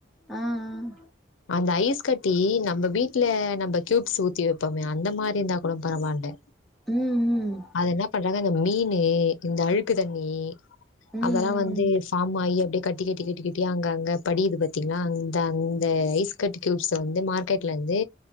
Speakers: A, in the centre; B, on the left.
A: ஆ ஆ
B: அந்த ஐஸ் கட் ட்டி நம்ம வீட்ல நம்ம கியூப்ஸ் ஊத்தி வப்போமே அந்த மாரி இருந்தா கூட பரவால்ல
A: ம் ம்
B: அது என்ன பண்றாங்க அந்த மீன் இந்த அழுக்கு தண்ணி
A: ம்
B: அதல்லா வந்து
A: ம்
B: ஆமா அய்யோ அப்டியே கட்டி கட்டி கட்டி கட்டியா அங்க அங்க படியுது பாத்தீங்கன்னா அந்த அந்த ஐஸ் கட்டி கியூப்ஸ வந்து மார்க்கெட்லேந்து